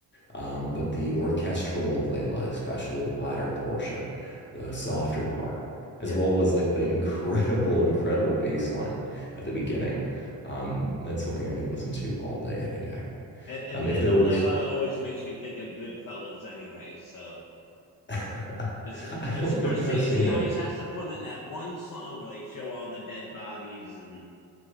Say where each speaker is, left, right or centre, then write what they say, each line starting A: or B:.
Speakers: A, on the left; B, on the left.
A: Um, but the orchestral of Layla, especially the latter portion, the softer part, as
B: Yep.
A: well as like the incredible, incredible bass line at the beginning. Um, that's something I can listen to all day, any day.
B: And, and
A: Um,
B: the
A: if
B: end
A: there
B: of
A: was,
B: Layla always makes me think of Goodfellas anyway. So
A: <laughs> I
B: 'cause- 'cause
A: don't
B: Scorsese
A: think I've seen
B: always
A: it.
B: has to put in that one song where they show all the dead bodies and